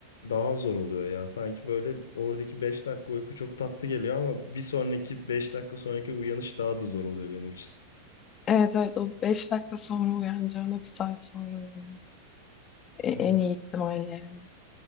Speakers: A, on the left; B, on the left.
A: daha zor oluyor ya. Sanki böyle oradaki 5 dakika uyku çok tatlı geliyor ama bir sonraki 5 dakika sonraki uyanış daha da zor oluyor benim için.
B: evet evet o 5 dakika sonra uyanacağına bir saat sonra uyanıyorsun. E, en
A: Evet.
B: iyi ihtimalle yani.